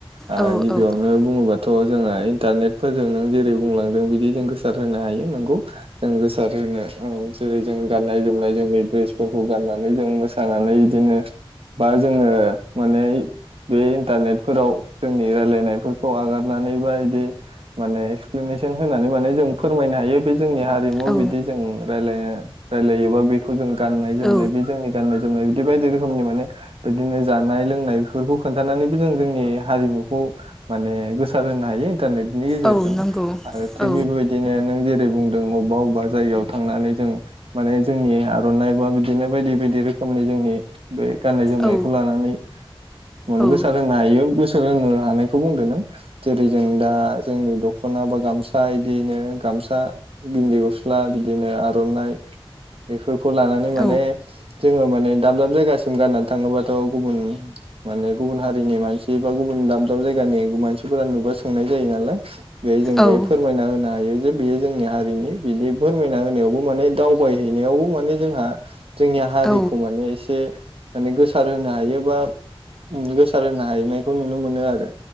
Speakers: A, on the right; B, in the centre.
A: आ
B: औ
A: गिबियावनो
B: औ
A: बुङोबाथ' जोङो इन्टारनेटफोरजों नों जेरै बुंलांदों बिदि जों गोसार होनो हायो नोंगौ जों गोसार होनो औ जेरै जों गाननाय जोमनाय जोंनि द्रेसफोरखौ गाननानै जों मोसानानै इदिनो बा जोङो माने बे इन्टारनेटफोराव जोंनि रायलायनायफोरखौ आगारनानै बा इदि माने एक्सप्लेनेसन होनानै माने जों फोरमायनो हायो बे जोंनिया हारिमु
B: औ
A: बिदि जों रायलाया रायलायोबा बेफो जों गाननाय जोमनाय
B: औ
A: बे जोंनि गाननाय जोनाय बिदि बायदि रोखोमनि माने बिदिनो जानाय लोंनाय बेफोरखौ खोनन्थानानैबो जों जोंनि हारिमुखौ माने गोसार होनो हायो। इन्टारनेटनि गेजेरजों
B: औ नंगौ
A: आरो थिग
B: औ
A: बेबायदिनो नों जे दे बुंदों अबा अब जायगायाव थांनानै जों माने जोंनि आर'नाइ बा बिदिनो बायदि बायदि रोख खोमनि जोंनि बे गाननाय जोमनायखौ
B: औ
A: लानानै मोन
B: औ
A: गोसार होनो हायो बोसोर होनो हानायखौ बुंदो नो जेरै जों दा जोंनि दख खना बा गामसा इदिनो गामसा गिन्दि गस्ला बिदिनो आर'नाइ बेफोरखौ लानानै माने
B: औ
A: जोङो माने दाब दाब जायगासिम गाननानै थाङोबाथ' गुबुन माने गुबुन हारिनि मानसि बा गुबुन दाब दाब जायगानि गु मानसिफोरा नुबा सोंनाय जायो नालाय बेयो जों
B: औ
A: बेहाय फोरमायना होनो हायो जे बेयो जोंनि हारिनि बिदि फोरमायना होनायावबो माने दावबायहैनायावबो माने जोंहा जोंनि हारिखौ
B: औ
A: माने एसे माने गोसार होनो हायो बा उम बे गोसार होनो हायैनायखौ नुनो मोनो आरो